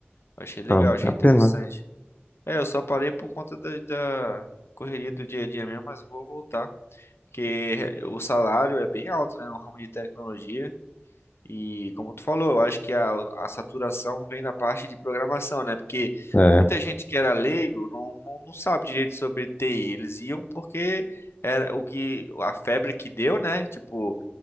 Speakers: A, on the left; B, on the left.
A: Achei legal,
B: Ah,
A: achei
B: é a
A: interessante.
B: pena.
A: É, eu só parei por conta da, da correria do dia a dia mesmo, mas vou voltar. Porque o salário é bem alto, né, no ramo de tecnologia. E como tu falou, eu acho que a, a saturação vem da parte de programação, né? Porque
B: É.
A: muita gente que era leigo não, não, não sabe direito sobre TI. Eles iam porque era o que a febre que deu, né? Tipo,